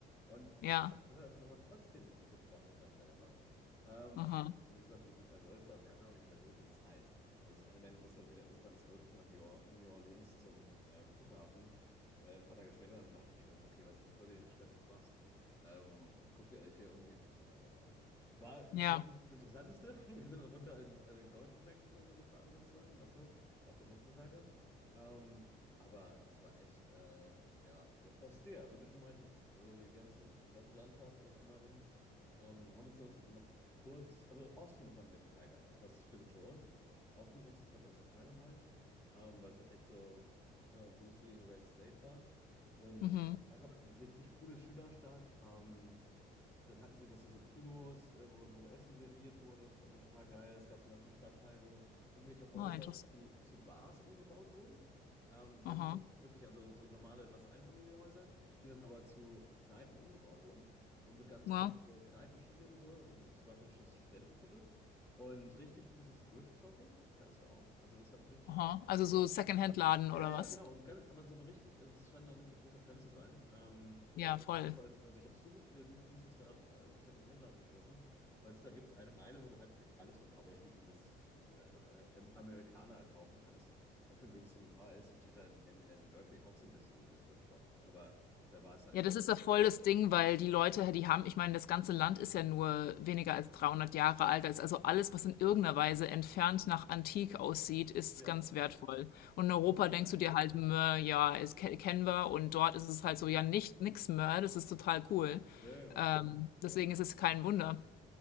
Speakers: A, on the left; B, on the left.
A: Und
B: Ja.
A: dann hat uns aber trotzdem so viel Dampf unten dahinter gemacht. Ähm,
B: Aha.
A: wie gesagt, mit diesen zwei Girls da, und wir hatten auch nicht mehr so viel Zeit. Also das eine Mädel musste dann wieder irgendwann zurück nach New Or New Orleans zum ähm, Flughafen. Äh, ein paar Tage später, und da habe ich gedacht, okay, was, bevor du den Stress jetzt machst, ähm, guckt ihr euch hier irgendwie in Texas noch was an. War jetzt
B: Ja.
A: nicht das Interessanteste. <laughs> Wir sind dann runter in, also in den Golf in Mexiko so gefahren sozusagen, weißt du, auf der Texas-Seite. Ähm, aber es war echt, äh, ja, austere, wie du schon meintest. Also die ganze, die ganze Landschaft, alles drumherum. Ähm, haben uns noch kurz, also Austin fanden wir total geil. Das stimmt schon. Austin, Texas hat uns total gefallen, ähm, weil es halt echt so, sagen wir, mal, Blue City in a Red State war. Und
B: Mhm.
A: einfach richtig coole Schülerstadt. Ähm, dann hatten sie, was so Kinos, äh, wo, wo Essen serviert wurde, das fanden wir total geil. Es gab so einen ganzen Stadtteil, wo irgendwelche Häuser
B: Oh, interessant.
A: zu, zu Bars umgebaut wurden. Ähm, die
B: Aha.
A: haben so wirklich, also so normale, was Einfamilienhäuser, die dann aber zu Kneipen umgebaut wurden und mit ganz
B: Wow.
A: vielen so Kneipenspielen und so. Also das war praktisch das Studentenviertel. Und richtig gutes Thrift-Shopping gab es da auch. Also das hat richtig
B: Aha.
A: Spaß
B: Also so
A: gemacht.
B: Secondhand-Laden
A: Ja,
B: oder
A: ja,
B: was?
A: genau. Und ganz, aber so ein richtig, also es scheint ein richtig großer Trend zu sein. Ähm,
B: Ja,
A: das heißt,
B: voll.
A: ich habe, als- also ich habe so viele gute Pieces da äh, im Second-Hand-Laden geschossen, weil es da gibt es eine Meile, wo du halt wirklich alles von Cowboy-Stiefeln bis äh, einfach äh, im Amerikaner kaufen kannst äh, für einen günstigen Preis. Ich hatte in, in Berkeley auch so ein bisschen gethrift-shoppt, aber da war es halt.
B: Ja, das
A: Also,
B: ist ja voll das Ding, weil die Leute, die haben, ich meine, das ganze Land ist ja nur weniger als 300 Jahre alt. Da ist Also alles, was in irgendeiner Weise entfernt nach Antik aussieht, ist
A: ja,
B: ganz wertvoll. Und in Europa
A: ja.
B: denkst du dir halt, mö, ja, es ke- kennen wir. Und dort ist es halt so, ja, nicht, nix mehr. das ist total cool.
A: Ja,
B: Ähm,
A: ja.
B: deswegen ist es kein Wunder.